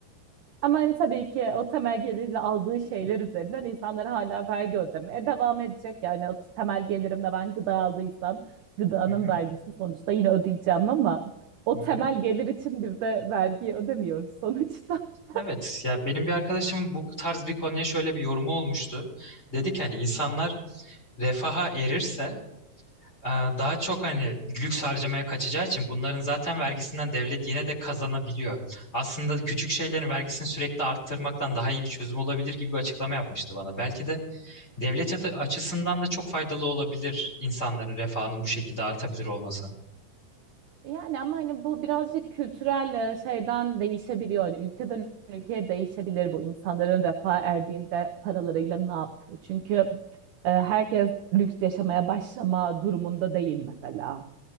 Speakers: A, on the right; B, on the left.
A: Ama hani tabii ki o temel gelirle aldığı şeyler üzerinden insanlar hala vergi ödemeye devam edecek. Yani o temel gelirimle ben gıda aldıysam gıdanın
B: <laughs> Hı hı,
A: vergisini sonuçta yine ödeyeceğim ama o
B: hı hı.
A: temel gelir için bir de vergi ödemiyoruz sonuçta. <laughs>
B: Evet ya benim bir arkadaşımın bu tarz bir konuya şöyle bir yorumu olmuştu. Dedi ki hani insanlar refaha erirse e, daha çok hani lüks harcamaya kaçacağı için bunların zaten vergisinden devlet yine de kazanabiliyor. Aslında küçük şeylerin vergisini sürekli arttırmaktan daha iyi bir çözüm olabilir gibi bir açıklama yapmıştı bana. Belki de devlet atı- açısından da çok faydalı olabilir insanların refahının bu şekilde artabilir olması.
A: Yani ama hani bu birazcık kültürel e, şeyden değişebiliyor. Hani ülkeden ülkeye değişebilir bu insanların refah erdiğinde paralarıyla ne yaptığı. Çünkü e, herkes lüks yaşamaya başlama durumunda değil mesela.